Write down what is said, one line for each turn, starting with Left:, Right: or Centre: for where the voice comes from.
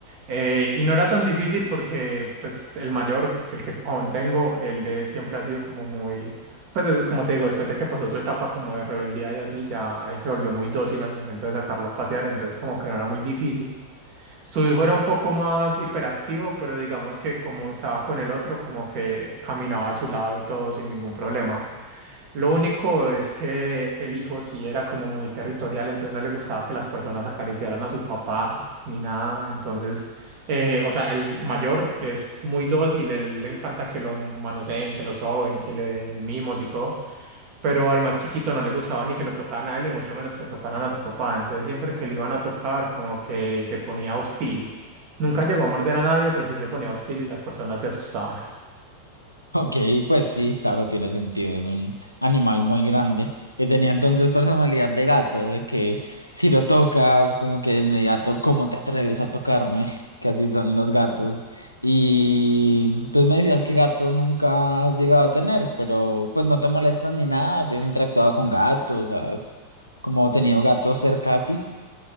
Right: Eh, y no era tan difícil porque pues el mayor, que el que aún tengo, el de siempre ha sido como muy, pues des- como te digo, después de que pasó su etapa como de rebeldía y así, ya él se volvió muy dócil al momento de sacarlo a pasear, entonces como que no era muy difícil. Su hijo era un poco más hiperactivo, pero digamos que como estaba con el otro, como que caminaba a su lado y todo sin ningún problema. Lo único es que el hijo sí era como muy territorial, entonces no le gustaba que las personas acariciaran a su papá ni nada. Entonces, eh, o sea, el mayor es muy dócil, él le encanta que lo manoseen, que lo soben, que le den mimos y todo. Pero al más chiquito no le gustaba ni que lo tocaran a él y mucho menos que tocaran a su papá. Entonces, siempre que lo iban a tocar, como que se ponía hostil. Nunca llegó a morder a nadie, pero sí se ponía hostil y las personas se asustaban.
Left: Ok, pues sí, claro, tiene sentido, es un animal muy grande. Y tenía entonces personalidad de gato, de que si lo tocas, como que de inmediato, ¿cómo te atreves a tocarme? <laughs> Que así son los gatos. Y entonces me decías que gato nunca has llegado a tener, pero pues no te molestas ni nada, si has interactuado con gatos, has como tenido gatos cerca a ti.